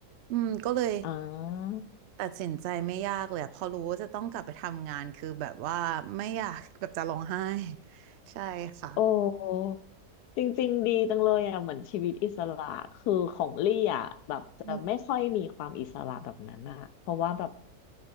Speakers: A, on the right; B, on the left.
A: อืมก็เลย
B: อ่า
A: ตัดสินใจไม่ยากเลยอะพอรู้ว่าจะต้องกลับไปทำงานคือแบบว่าไม่อยาก <laughs> แบบจะร้องไห้ <laughs> ใช่ค่ะ
B: โอ้จริงๆดีจังเลยอ่ะเหมือนชีวิตอิสระคือของลี่อ่ะแบบจะไม่ค่อยมีความอิสระแบบนั้นอ่ะเพราะว่าแบบ
A: อืม